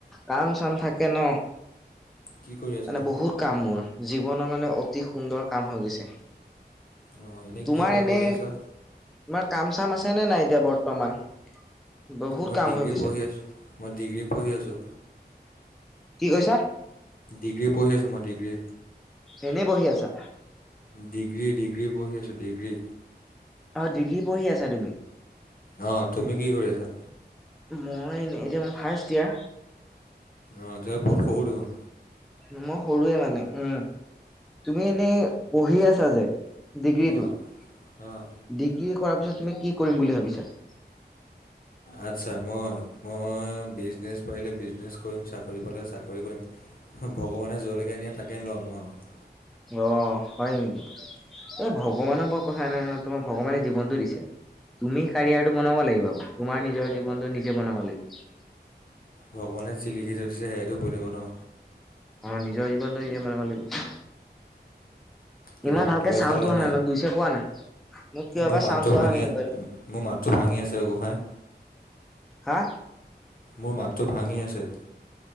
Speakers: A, in the centre; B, on the left.
A: কাম চাম থাকে ন
B: কি কৰি আছানো
A: মানে বহুত কাম মোৰ জীৱনৰ মানে অতি সুন্দৰ কাম হৈ গৈছে
B: অঁ এনেই
A: তোমাৰ
B: কি বা
A: এনে
B: কৰি আছা
A: তোমাৰ কাম চাম আছে নে নাই এতিয়া বৰ্তমান বহুত
B: মই
A: কাম
B: ডিগ্ৰী
A: হৈ গৈছে
B: পঢ়ি আছোঁ মই ডিগ্ৰী পঢ়ি আছোঁ
A: কি কৈছা
B: ডিগ্ৰী পঢ়ি আছোঁ মই ডিগ্ৰী
A: এনেই বহি আছা
B: ডিগ্ৰী ডিগ্ৰী পঢ়ি আছো ডিগ্ৰী
A: অ ডিগ্ৰী পঢ়ি আছা তুমি
B: অ তুমি কি কৰি আছা
A: মই এতিয়া মই ফাৰ্ষ্ট দিয়াৰ
B: অ ত বহুত সৰু দেখোন
A: মই সৰুৱে মানে উম তুমি এনেই পঢ়ি আছা যে ডিগ্ৰীটো
B: অঁ অঁ
A: ডিগ্ৰী কৰাৰ পিছত তুমি কি কৰিম বুলি ভাবিছা
B: আচ্ছা মই মই বিজনেছ পাৰিলে বিজনেছ কৰিম চাকৰি পালে চাকৰি কৰিম ভগৱানে য'লৈকে নিয়ে তাকেই ল'ম আৰু
A: অ হয় নেকি এই ভগৱানৰ বৰ কথা নাই নহয় তোমাৰ ভগৱানে জীৱনতটো দিছে তুমি কাৰয়াৰটো বনাব লাগিব আকৌ তোমাৰ নিজৰ জীৱনটো নিজে বনাব লাগিব
B: ভগৱানে যি লিখি থৈ দিছে সেইয়টো বনিব ন
A: অ নিজৰ জীৱনটো নিজ মন ম লাগিব
B: কিবা
A: ইমান ভালকে
B: কিবা
A: চাউণ্ডটো
B: খালা
A: অহা
B: নাই
A: অলপ জোৰছে কোৱা না। কিয়
B: মোৰ
A: বা
B: মাতটো
A: চাউণ্ডটো
B: ভাঙি
A: অহা নাই মোবাইলত।
B: মোৰ মাতটো ভাঙি আছে গোসাঁই
A: হা
B: মোৰ মাতটো ভাঙি আছে